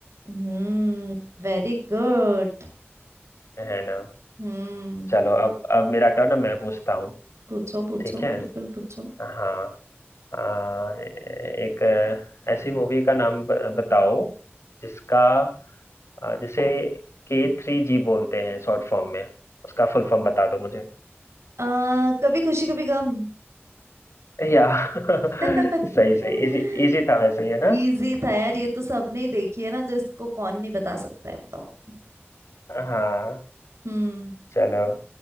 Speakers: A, on the right; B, on the left.
A: हम्म Very good
B: है ना
A: हम्म
B: चलो अब अब मेरा टर्न मैं पूछता हूँ
A: पूछो पूछो
B: ठीक है
A: बिल्कुल पूछो
B: हाँ आ, एक ऐसी मूवी का नाम ब- बताओ जिसका अ, जिसे के थ्री जी बोलते हैं शॉर्ट फॉर्म में उसका फुल फॉर्म बता दो मुझे
A: आ, कभी खुशी कभी गम
B: या
A: <laughs>
B: <laughs> सही सही इजी इजी था वैसे ये ना
A: इजी था यार ये तो सबने ही देखी है ना तो इसको कौन नहीं बता सकता है बताओ
B: हाँ
A: हम्म
B: चलो